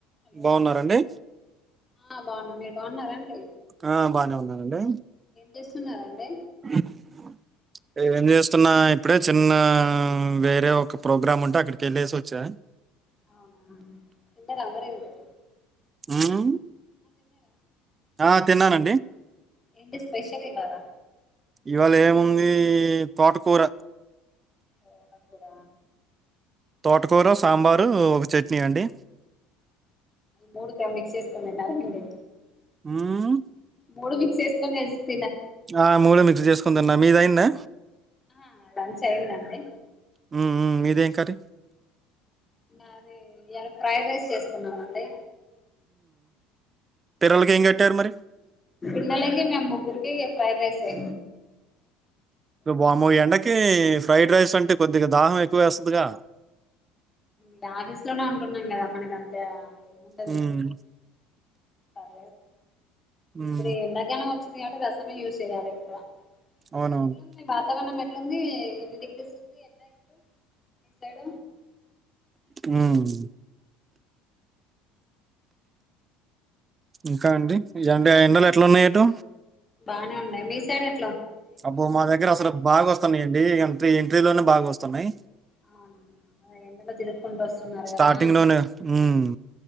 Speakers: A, on the left; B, on the right.
A: Hello
B: బాగున్నారండి
A: ఆ బాగున్నా మీరు బాగున్నారండి
B: ఆ బాగానే ఉన్నానండి
A: చేస్తున్నారండి
B: <inaudible>
A: <inaudible>
B: ఏం చేస్తున్నా, ఇప్పుడే చిన్న వేరే ఒక ప్రోగ్రామ్ ఉంటే అక్కడికి వెళ్ళేసి వచ్చా
A: అవునా తిన్నారా మరి ఇంతకీ
B: మ్ ఆ తిన్నానండి
A: ఏంటి స్పెషల్ ఇవ్వాలా
B: ఇవాళ ఏముంది తోటకూర
A: తోటకూర
B: తోటకూర సాంబారు ఒక చట్నీ అండి
A: మూడు కే మిక్స్ చేసుకొని తిన్నారా అండి
B: ఉమ్మ్
A: మూడు మిక్స్ చేసుకోనే చె
B: ఆ మూడు మిక్స్ చేసుకొని తిన్నా మీది అయిందా
A: ఆ లంచ్ అయిందండి
B: ఉమ్మ్ మ్మ్ మీదేం కర్రీ
A: అది ఇయ్యాల ఫ్రైడ్ రైస్ చేస్తున్నామండి
B: పిల్లలకి ఏం కట్టారు మరి
A: లేదండి మా ముగ్గురికి ఫ్రైడ్ రైస్ ఏ
B: వామ్మో ఎండకి ఫ్రైడ్ రైస్ అంటే కొద్దిగా దాహం ఎక్కువ వేస్తదిగా
A: డార్లిస్ లోనే ఉంటున్నం కదా మనకి అంత ఉండదులే
B: హ్మ్.
A: ఆ
B: హ్మ్.
A: ఇప్పుడు ఎండాకాలం వచ్చింది కాబట్టి రసమే యూస్ చేయాలి ఎక్కువ
B: అవునవును.
A: ఎట్లుంది వాతావరణం ఎట్లుంది ఎన్ని డిగ్రీస్ ఉంది ఎండ ఇప్పుడు మీ సైడ్
B: మ్మ్ ఇంకా అండి ఇఏ ఎండలు ఎట్లా ఉన్నాయటు
A: బానే ఉన్నాయి మీ సైడ్ ఏ
B: అబ్బో మా దగ్గర అసలు బాగా వస్తున్నాయియండి ఎంత ఎంట్రీలోనే బాగా వస్తున్నాయి
A: అవునా అదే ఎండలో తిరుక్కుంటూ వస్తున్నారు
B: స్టార్టింగ్‌లోనే
A: కదా
B: హ్మ్.